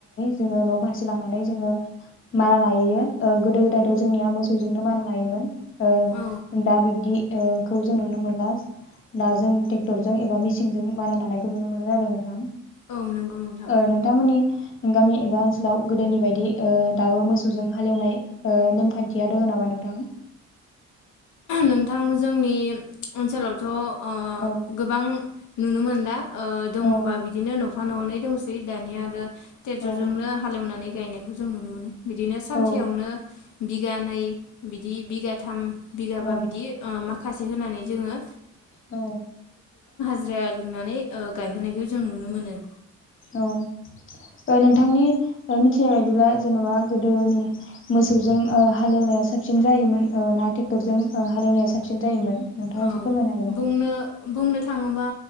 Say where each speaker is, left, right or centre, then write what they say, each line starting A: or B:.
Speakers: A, on the left; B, on the left.
A: जोङो न' फारसे लांनानै जोङो मारा नायैयो। ओ गोदो गोदायथ' जोंनिया मोसौजोंनो मा नायोमोन ओ
B: औ
A: दा बिब्दि ओ खौ जों नुनो मोनला दा जों ट्रेक्टरजों एबा मेसिनजों मारा नानायखौ नुनो मोनो आरो नोंथां।
B: औ नंगौ नोंथां
A: ओ नोंथांमोननि गामि एबा ओनसोलाव गोदोनि बायदि ओ दाबो मोसौजों हालेवनाय ओ नेमखान्थिया दोङो नामा नोंथां?
B: नोंथां जोंनि ओनसोलावथ' ओ
A: औ
B: गोबां नुनो मोनला ओ दङबा
A: औ
B: बिदिनो न'खर <unintelligible> ननै दंसै दानिया ट्रेक्टरजोंनो
A: औ
B: हालेवनानै गायनायखौ जों नुनो मोनो। बिदिनो सानसेयावनो
A: औ
B: बिगानै बिदि बिगा थाम बिगाबा
A: औ
B: बिदि ओ मा खासे होनानै जोङो
A: औ
B: जिरा लिंनानै ओ गायहोनायखौ जों नुनो मोनो।
A: औ नोंथांनि मिथिनाय बायदिब्ला जेन'बा गोदोनि मोसौजों ओ हालेवनाया साबसिन जायोमोन ओ ना ट्रेक्टरजों ओ हालेवनाया साबसिन जायोमोन? नोंथाङा
B: औ
A: एसे फोरमायनो हागोन ना?
B: बुंनो बुंनो थाङोबा